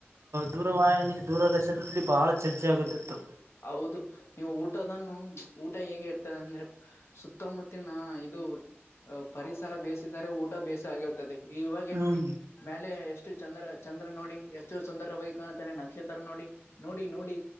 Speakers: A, on the right (about 85°); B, on the left (about 70°).
A: ದೂರವಾಹಿನಿ ದೂರದರ್ಶನದಲ್ಲಿ ಬಹಳ. ಚರ್ಚೆ ಆಗುತ್ತಿತ್ತು
B: ಹೌದು ನೀವು ಊಟದನ್ನೂ ಊಟ ಹೇಗೆ ಇರ್ತದೆ ಅಂದ್ರೆ ಸುತ್ತಮುತ್ತಿನ ಇದು ಅಹ್ ಪರಿಸರ ಬೇಸಿದರೆ ಊಟ ಬೇಸ ಆಗತ್ತ. ತ್ತದೆ ಇವಾಗೇ
A: ಹ್ಮ್
B: ನೋಡಿ. ಮ್ಯಾಲೆ ಎಷ್ಟು ಚಂದ್ರ ಚಂದ್ರ ನೋಡಿ ಎಷ್ಟು ಸುಂದರವಾಗಿ ಕಾಣತ್ತಾನೆ ನಕ್ಷತ್ರ ನೋಡಿ. ನೋಡಿ ನೋಡಿ